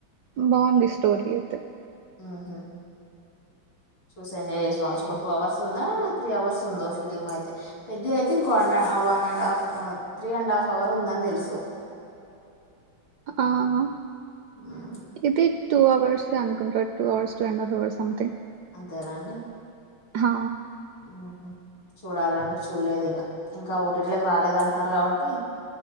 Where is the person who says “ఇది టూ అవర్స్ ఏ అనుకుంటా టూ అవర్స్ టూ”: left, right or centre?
Right